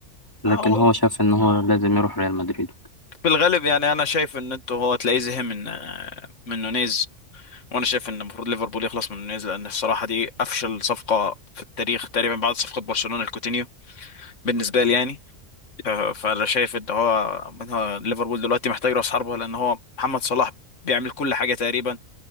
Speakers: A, on the left; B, on the left.
A: لكن
B: آه، هو
A: هو شاف إن هو لازم يروح ريال مدريد
B: في الغالب يعني انا شايف ان انتوا هو تلاقيه زهق من آه، من نونيز وانا شايف ان المفروض ليفربول يخلص من نونيز لان الصراحه دي افشل صفقه في التاريخ تقريبا بعد صفقه برشلونه لكوتينيو بالنسبه لي يعني ف- فانا شايف ان هو إن هو ليفربول دلوقتي محتاج راس حربه لان هو محمد صلاح بيعمل كل حاجه تقريبا